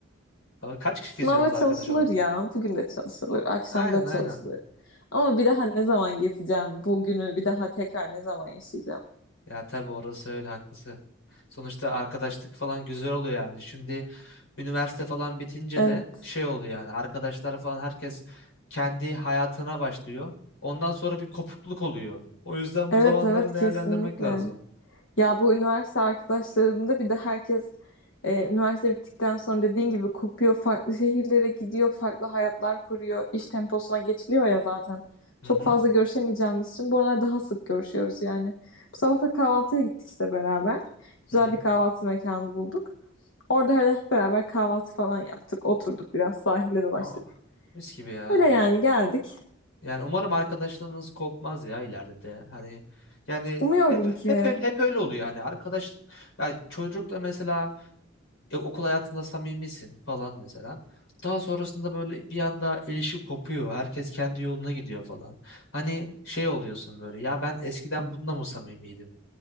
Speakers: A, on the left; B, on the left.
A: Aa,
B: <laughs>
A: Kaç kişi
B: Sınava
A: geziyorsunuz
B: çalışılır
A: arkadaş olarak?
B: ya. Bugün de çalışılır, akşam
A: Aynen
B: da çalışılır.
A: aynen.
B: Ama bir daha ne zaman gezeceğim? Bugünü bir daha tekrar ne zaman yaşayacağım?
A: Ya tabii orası öyle haklısın. Sonuçta arkadaşlık falan güzel oluyor yani. Şimdi üniversite falan bitince
B: Evet.
A: de şey oluyor yani arkadaşlar falan herkes kendi hayatına başlıyor. Ondan sonra bir kopukluk oluyor. O yüzden
B: Evet,
A: bu zamanları
B: evet kesinlikle.
A: değerlendirmek lazım.
B: Ya bu üniversite arkadaşlarında bir de herkes E, üniversite bittikten sonra dediğin gibi kopuyor, farklı şehirlere gidiyor, farklı hayatlar kuruyor, iş temposuna geçiliyor ya zaten. Çok
A: Hı hı.
B: fazla görüşemeyeceğimiz için bu aralar daha sık görüşüyoruz yani. Bu sabah da kahvaltıya gittik işte beraber. Güzel
A: Hı hı.
B: bir kahvaltı mekanı bulduk. Orada hele hep beraber kahvaltı falan yaptık, oturduk biraz sahile dolaştık.
A: Aa, mis gibi ya.
B: Öyle yani geldik.
A: Yani umarım arkadaşlığınız kopmaz ya ileride de. Hani yani
B: Umuyorum
A: hep hep
B: ki
A: öyle, hep öyle oluyor yani arkadaş yani çocukla mesela e, okul hayatında samimisin falan mesela. Daha sonrasında böyle bir anda ilişki kopuyor. Herkes kendi yoluna gidiyor falan. Hani şey oluyorsun böyle ya ben eskiden bununla mı samimiydim